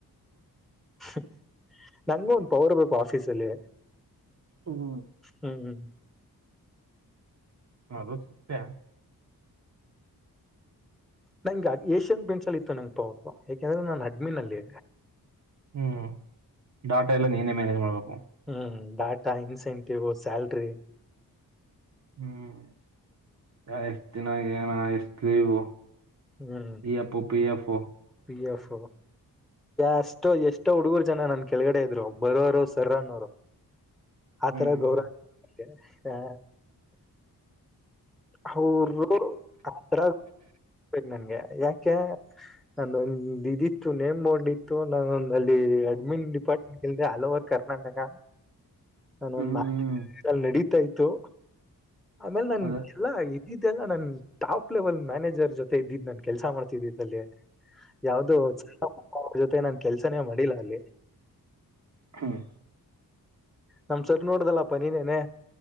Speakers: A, in the centre; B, on the right.
A: <unintelligible> ನಂಗು ಒಂದ್ ಪವರ್ ಬು ಆಫೀಸ ಅಲ್ಲಿ
B: ಹ್ಮ್
A: ಹ್ಮ್
B: ಅನಿಸುತ್ತೆ
A: ನಂಗೆ ಏಷ್ಯನ್ ಪಿಂಟ್ಸ್ ಅ ಇತ್ತು ನಂಗಗೆ ಪವರ್ ಯಾಕೆಂದ್ರೆ ನಾನ್ ಅಡ್ಮಿನಲ್ಲಿ
B: ಹ್ಮ್ ಡಾಟಾ ಎಲ್ಲ ನೀನೇ ಮನೇಜ್ ಮಾಡಬೇಕ
A: ಹ್ಮ್ ಡಾಟಾ ಇನ್ಸೆಂಟಿವ್ ಸ್ಯಲ್ರಿ
B: ಹ್ಮ್ ಎ ಎಷ್ಟ ದಿನಾಗ ಏನ ಎಷ್ಟು ಲೀವು
A: ಹ್ಮ್
B: ಈ F P F
A: P F ಎಷ್ಟೋ ಎಷ್ಟೋ ಹುಡುಗರು ಜನ ನನ್ ಕೆಳಗಡೆ ಇದ್ರು ಬರೋರು ಸರ್ ಅನ್ನೋರು ಆ
B: ಹ್ಮ್
A: ತರ ಗೌರವ ಹಾ ಅವ ಹತ್ರ ನನ್ಗೆ ಯಾಕೆ ನಂದ ಒಂದ ಇದಿತ್ತು ನೇಮ್ ಬೋರ್ಡ್ ಇತ್ತು ನಾನೊಂದಲ್ಲಿ ಅಡ್ಮಿನ್ ಡಿಪಾರ್ಟ್ಮೆಂಟ್ಲ್ ಆಲ್ ಓವರ್ ಕನಾ ಕನಾಟಕ ನಾನೊಂದ್
B: ಹ್ಮ್
A: ನಡೀತಾ ಇತತ್ತು ಆಮೇಲೆ ನಾನ
B: ಅದ
A: ಎಲ್ಲಾ ಇದ್ದಿದ್ದೆಲ್ಲ ನನ್ ಟಾಪ್ ಲೆವೆಲ್ ಮ್ಯಾನೇಜರ್ ಜೊತೆ ಇದ್ದಿದ್ದ್ ನನ್ ಕೆಲ್ಸ ಮಾಡ್ತಿದ್ದಿದಲ್ಲಿ ಯಾವ್ದೋ ಅವ ಜೊತೆ ನನ್ ಕೆಲ್ಸನೇ ಮಾಡಿಲ್ಲ ಅಲ್ಲಿ
B: ಹ್ಮ್
A: ನಮ ಸರ್ ನೋಡ್ದಲ್ಲ ಪನಿನೇನೆ